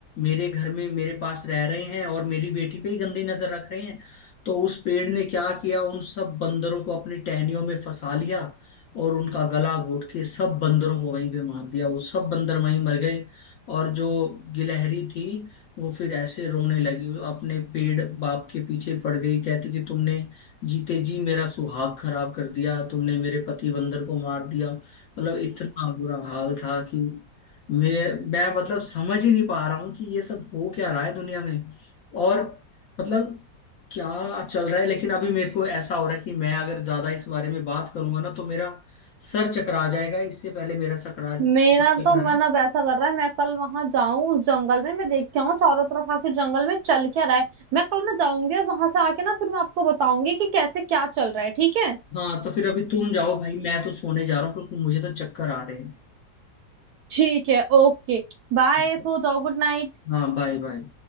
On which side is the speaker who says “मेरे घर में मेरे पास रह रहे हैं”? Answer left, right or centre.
Left